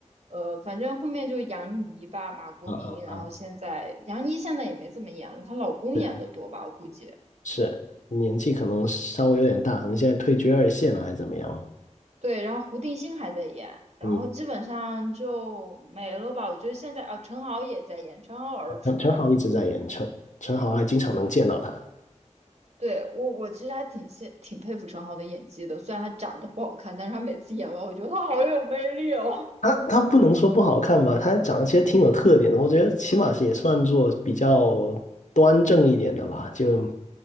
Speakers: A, on the right; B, on the left.
A: 呃，反正后面就杨怡吧，马国明，
B: 嗯嗯嗯，
A: 然后现在杨怡现在也没怎么演了，她老公演的多吧，
B: 是
A: 我估计。
B: 是，年纪可能稍微有点大，可能现在退居二线了还是怎么样？
A: 对，然后胡定欣还在演，然后基本上就没了吧。
B: 嗯，
A: 我觉得现在啊，陈豪也在演，陈豪偶尔出来。
B: 陈陈好一直在演，陈陈好还经常能见到他。
A: 对，我，我其实还挺羡挺佩服陈豪的演技的，虽然他长得不好看，但是他每次演完，我觉得他好有魅力哦。
B: 他他不能说不好看吧，他长得其实挺有特点的，我觉得起码是也算作比较端正一点的吧，就